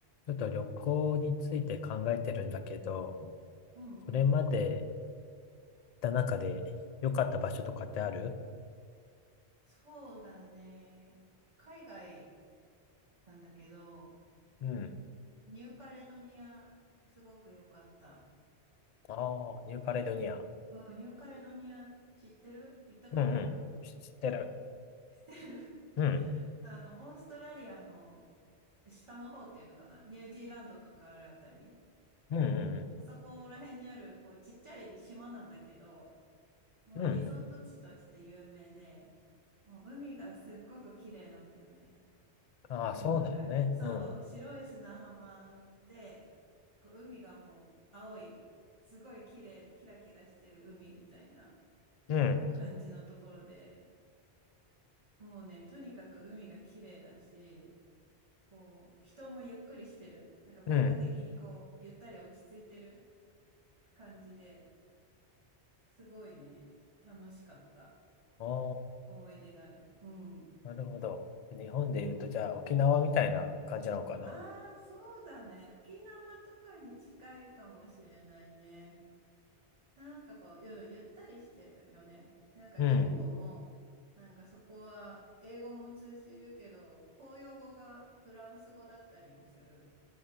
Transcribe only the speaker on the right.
うんうん。
そうだね。海外なんだけど、
ニューカレドニア、すごく良かった。
うん、ニューカレドニア知ってる行ったことある
知ってる
<laughs> あの、オーストラリアの下の方っていうのかなニュージーランドとかあるあたり。
あそこら辺にある、こう、ちっちゃい島なんだけど、まあ、
リゾート地として有名で、
もう海がすっごく綺麗なんだよね。
もうなんか、
そう、
白い砂浜で、こう海がもう青い、すごい綺麗、キラキラしてる海みたいな
感じのところで、もうね、とにかく海が綺麗だし、こう、人もゆっくりしてる。なんか文化的にこう、
ゆったり落ち着いてる感じで、すごいね、楽しかった
思い出がある。うん。
うん。
ああ、そうだね。沖縄とかに近いかもしれないね。なんかこう、ゆ、ゆったりしてるよね。でなんか言語も、
なんかそこは英語も通じるけど、公用語がフランス語だったりもする